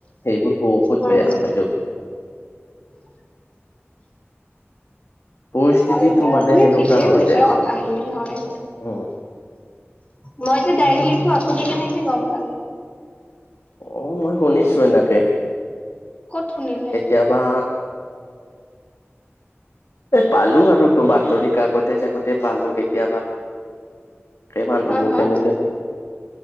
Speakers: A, on the left; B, on the left.
A: সেইবোৰ বহুত
B: উম
A: বেয়া হৈ যাব। পৰিস্থিতিটো
B: হয়ে
A: মানে এনেকুৱা
B: ঠিকেই
A: হৈ
B: কৈছো
A: যায়।
B: কথাখিনি হয়।
A: উম।
B: মই যে ডায়েৰী লিখো আপুনি কেনেকে গম পালে।
A: অ মই শুনিছো এনেকে
B: ক'ত শুনিলে
A: কেতিয়াবা। এ পালো আৰু বাতৰি কাকতে চাকতে পালো কেতিয়াবা। মানুহৰ
B: হা
A: মুখে
B: হা
A: মুখে পালো